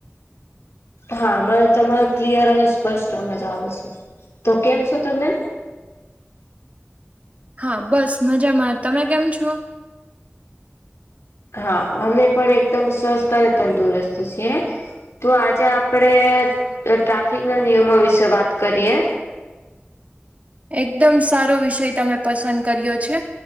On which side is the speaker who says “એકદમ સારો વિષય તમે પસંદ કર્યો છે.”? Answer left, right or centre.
Right